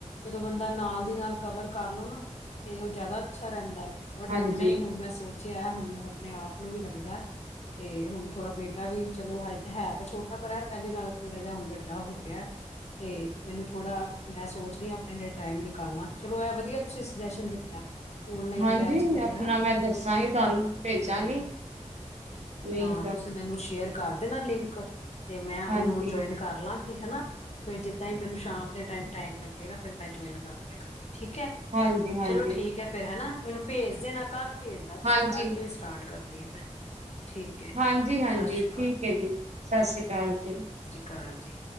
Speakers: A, on the left; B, on the right.
A: ਜਦੋਂ ਬੰਦਾ ਨਾਲ ਦੀ ਨਾਲ ਕਵਰ ਕਰ ਲੋ ਨਾ 'ਤੇ ਓ ਜਿਆਦਾ ਅੱਛਾ ਰੈਂਦਾ ਵੇ। ਬਟ
B: ਹਾਂਜੀ
A: ਹੁਣ ਨਈ ਹੁਣ ਮੈਂ ਸੋਚਿਆ ਹੁਣ ਮੈਨੂੰ ਆਪਣੇ ਆਪ ਨੂੰ ਵੀ ਲੱਗਦੈ 'ਤੇ ਹੁਣ ਥੋੜਾ ਬੇਟਾ ਵੀ ਚਲੋ ਹ 'ਤੇ ਹੈ ਤਾਂ ਛੋਟਾ ਪਰ ਐ ਪਹਿਲੇ ਨਾਲੋਂ ਥੋੜਾ ਜਾ ਹੁਣ ਵੱਡਾ ਹੋ ਗਿਆ। ਤੇ ਮੈਨੂੰ ਥੋੜਾ ਮੈਂ ਸੋਚ ਰਹੀ ਆ ਆਪਣੇ ਲਈ ਟਾਈਮ ਨਿਕਾਲਣਾ, ਚਲੋ ਐਹ ਵਧੀਆ ਤੁਸੀਂ ਸੁਜੈਸ਼ਨ ਦਿ ਤਾ ਓਨਲਾਈਨ
B: ਹਾਂਜੀ
A: ਬੈਚ ਦਾ ਜੇੜਾ,
B: ਆਪਣਾ ਮੈਂ ਦੱਸਾਂਗੀ ਤੁਹਾਨੂੰ ਭੇਜਾਂਗੀ
A: ਤੇ
B: ਲਿੰਕ
A: ਹਾਂ ਤੁਸੀਂ ਮੈਨੂੰ ਸ਼ੇਅਰ ਕਰ ਦੇਣਾ ਲਿੰਕ, ਤੇ ਮੈਂ
B: ਹਾਂਜੀ
A: ਓਨੂੰ ਜੁਆਇਨ ਕਰ ਲਾਗੀ ਹਨਾ। ਫੇਰ ਜਿਦਾਂ ਈ ਮੈਨੂੰ ਸ਼ਾਮ ਦੇ ਟਾਈਮ ਟਾਈਮ ਲੱਗੇਗਾ ਫੇਰ ਮੈਂ ਜੁਆਇਨ ਕਰ ਲਿਆ ਕਰਾ ਠੀਕ ਐ।
B: ਹਾਂਜੀ ਹਾਂਜੀ
A: ਚਲੋ ਠੀਕ ਐ ਫੇਰ ਹੈਨਾ, ਮੈਨੂੰ ਭੇਜ ਦੇਣਾ ਕੱਲ ਭੇਜਨਾ ਤੁਸੀਂ
B: ਹਾਂਜੀ
A: ਕੱਲ ਤੋਂ ਈ ਸਟਾਰਟ ਕਰ ਦੀ ਆ ਮੈਂ, ਠੀਕ
B: ਹਾਂਜੀ-ਹਾਂਜੀ
A: ਸਤਿ ਸ਼੍ਰੀ ਅਕਾਲ
B: ਠੀਕ ਐ ਜੀ, ਸਤਿ ਸ੍ਰੀ ਅਕਾਲ ਜੀ।
A: ਕਾਲ ਜੀ।